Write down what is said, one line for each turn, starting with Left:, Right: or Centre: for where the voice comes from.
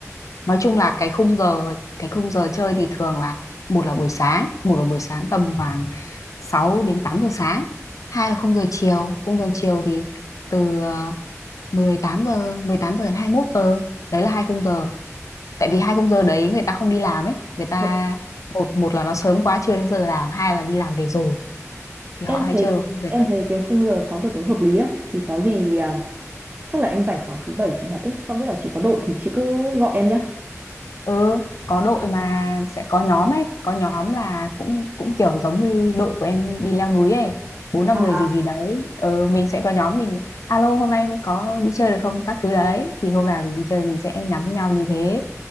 Left: nói chung là cái khung giờ cái khung giờ chơi thì thường là một là buổi sáng một là buổi sáng tầm khoảng sáu đến tám giờ sáng hai là khung giờ chiều khung giờ chiều thì từ ờ, mười tám giờ mười tám giờ đến 21 giờ đấy là hai khung giờ tại vì hai khung giờ đấy người ta không đi làm ấy người ta
Right: Vậy
Left: một một là nó sớm quá chưa đến giờ làm hai là đi làm về rồi thì
Right: em
Left: họ hay
Right: thấy
Left: chơi vào khung giờ
Right: em
Left: đấy
Right: thấy cái khung giờ 6 giờ tối hợp lý đấy thì có gì ờ, chắc là em rảnh khoảng thứ bảy chủ nhật ấy không biết là chị có đội thì chị cứ gọi em nhá
Left: ừ có đội mà sẽ có nhóm ấy có nhóm là cũng cũng kiểu giống như đội của em đi leo núi ấy bốn năm
Right: À,
Left: người gì gì đấy ừ, mình sẽ có nhóm mình alo hôm nay mới có đi chơi được không các thứ đấy thì hôm nào mình đi chơi mình sẽ nhắn nhau như thế